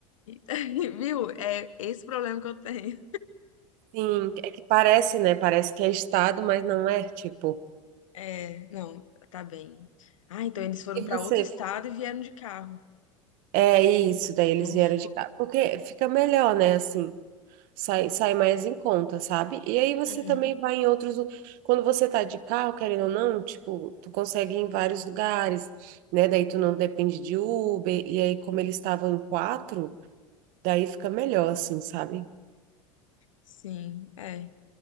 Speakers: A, on the left; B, on the right.
A: <laughs> Viu? É esse problema que eu tenho.
B: Sim, é que parece, né? Parece que é estado, mas não é, tipo.
A: É, não, tá bem. Ah, então eles foram
B: E
A: pra
B: você?
A: outro estado e vieram de carro.
B: É isso, daí eles
A: Entendi.
B: vieram de cá. Porque fica melhor, né? Assim, sai, sai mais em conta, sabe? E aí você
A: Uhum,
B: também vai em outros. lu- Quando você tá de carro, querendo ou não, tipo, tu consegue ir em vários lugares, né? Daí tu não depende de Uber. E aí, como eles estavam em quatro, daí fica melhor, assim, sabe?
A: sim, é.